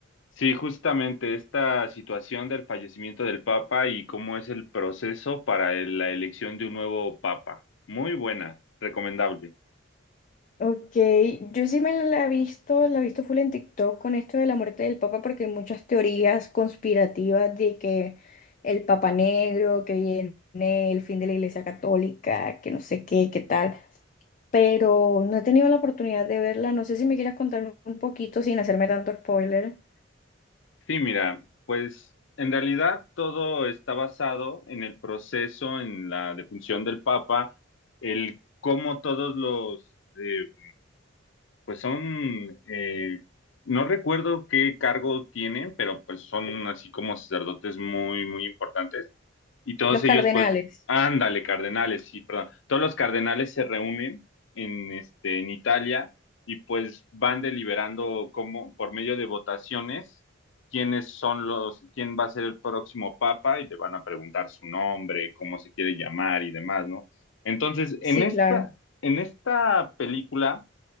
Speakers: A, on the left (about 70°); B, on the left (about 40°).
A: Sí, justamente esta situación del fallecimiento del Papa y cómo es el proceso para el- la elección de un nuevo Papa. Muy buena, recomendable.
B: Ok, yo sí me la he visto, la he visto full en TikTok con esto de la muerte del Papa porque hay muchas teorías conspirativas de que el Papa negro, que viene el fin de la Iglesia Católica, que no sé qué, qué tal, pero no he tenido la oportunidad de verla, no sé si me quieras contar un poquito sin hacerme tanto spoiler.
A: Sí, mira, pues en realidad todo está basado en el proceso, en la defunción del Papa, el cómo todos los, eh, pues son, eh, no recuerdo qué cargo tienen, pero pues son así como sacerdotes muy, muy importantes y todos
B: Los cardenales,
A: ellos, pues, ándale, cardenales, sí, perdón, todos los cardenales se reúnen en, este, en Italia y pues van deliberando como por medio de votaciones quiénes son los, quién va a ser el próximo papa y le van a preguntar su nombre, cómo se quiere llamar y demás, ¿no? Entonces, en
B: sí,
A: esta,
B: claro.
A: en esta película